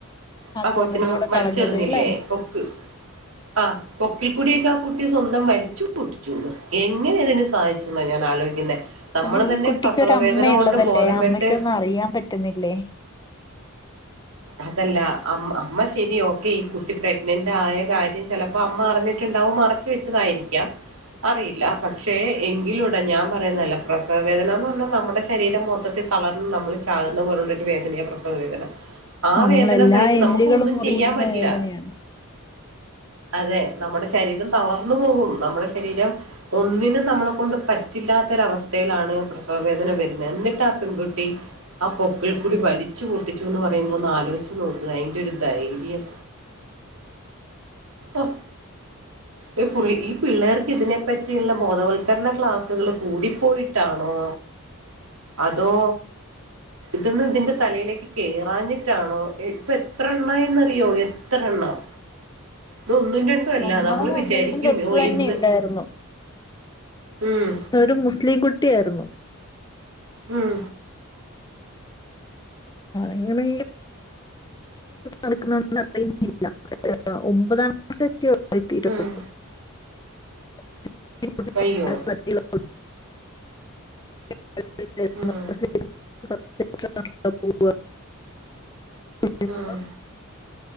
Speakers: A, on the right; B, on the left.
A: ആ
B: ജനലിലൂടെ
A: കൊച്ചിനെ വലിച്ചെറിഞ്ഞില്ലേ
B: കളഞ്ഞത് അല്ലെ
A: പൊക്ക് ആ പൊക്കിൽക്കൂടിയൊക്കെ ആ കുട്ടി സ്വന്തം വലിച്ചു പൊട്ടിച്ചൂന്ന് എങ്ങനെ അതിന് സധിച്ചുെന്നാണ് ഞാൻ ആലോചിക്കുന്നത് നമ്മള്
B: അല്ല ഈ
A: തന്നെ
B: കുട്ടിക്ക്
A: പ്രസവവേദന
B: ഒരു അമ്മയുള്ളതല്ലേ
A: കൊണ്ട് ബോധം
B: ആ അമ്മയ്ക്കൊന്നും
A: വെട്ട്
B: അറിയാൻ പറ്റുന്നില്ലേ <unintelligible>
A: അതല്ല അ അമ്മ ശരി ഓക്കെ ഈ കുട്ടി പ്രഗ്നന്റ് ആയ കാര്യം ചിലപ്പോ അമ്മ അറിഞ്ഞിട്ടുണ്ടാവും മറച്ച വെച്ചതായിരിക്കാം അറിയില്ല പക്ഷേ എങ്കിലുംൂടെ ഞാൻ പറയുന്നതല്ല പ്രസവ വേദന എന്ന് പറഞ്ഞാൽ നമ്മുടെ ശരീരം മൊത്തത്തിൽ കളർന്ന് നമ്മള് ചാകുന്ന പോലുള്ള ഒരു വേദനയ പ്രസവ വേദന
B: ആ
A: വേദന
B: നമ്മള എല്ലാ
A: സഹിച്ച്
B: എല്ലുകളും
A: നമുക്ക് ഒന്നും
B: മുറിയുന്ന
A: ചെയ്യാൻ പറ്റില്ല
B: വേദനയാണ്
A: അതെ നമ്മുടെ ശരീരം തളർന്നു പോകും നമ്മുടെ ശരീരം ഒന്നിനും നമ്മളെ കൊണ്ട് പറ്റില്ലാത്ത ത്ത ഒരു അവസ്ഥയിലാണ് പ്രസവ വേദന വരുന്നത് എന്നിട്ട് ആ പെൺകുട്ടി ആ പൊക്കിൽ കൂടി വലിച്ചു പൂട്ടി ന്ന് പറയുമ്പോ ഒന്ന് ആലോചിച്ച് നോക്കുക അയിന്റെ ഒരു ധൈര്യം ആ
B: <unintelligible>
A: ഈ ഈ പിള്ളേർക്ക് ഇതിനെപ്പറ്റിയുള്ള ബോധവൽക്കരണ ക്ലാസ്സുകള് കൂടിപ്പോയിട്ടാണോ അതോ ഇതന്ന് ഇതിന്റെ തലയിലേക്ക് കേറാഞ്ഞിട്ടാണോ ഇപ്പൊ എത്ര എണ്ണായിന്ന്റിയോ എത്ര എണ്ണം ഇത് ഒന്നും രണ്ടും അല്ല
B: നമ്മളെ
A: നമ്മള് വിചാരിക്കും
B: വീടിന്റെ അടുത്ത്
A: ഓ
B: തന്നെ
A: ഇന്ന്
B: ഇണ്ടായിരുന്നു
A: ഉം
B: ഒരു മുസ്ലിം കുട്ടിയായിരുന്നു
A: ഉം
B: അങ്ങനെ നടക്കുന്ന അറിയുന്നില്ല ഒമ്പത നരത്തി തൊള്ളായിരത്തി ഇരുപത്
A: ഉം
B: <unintelligible>
A: വയ്യോ
B: <unintelligible>
A: ഉം
B: <unintelligible> <unintelligible>
A: ഉം